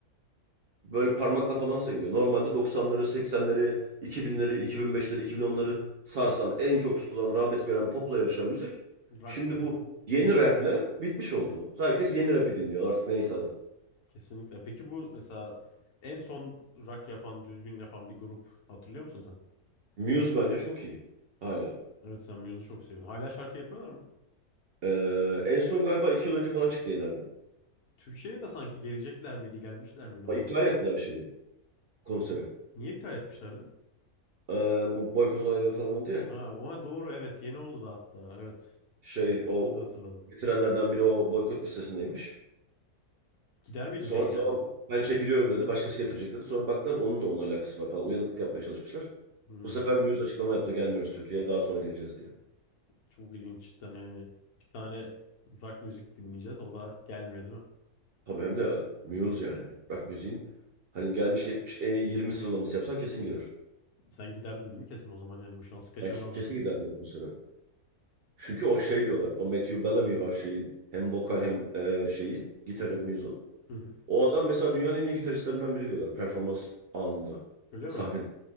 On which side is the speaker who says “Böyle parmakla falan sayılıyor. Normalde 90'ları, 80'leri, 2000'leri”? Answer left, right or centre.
Right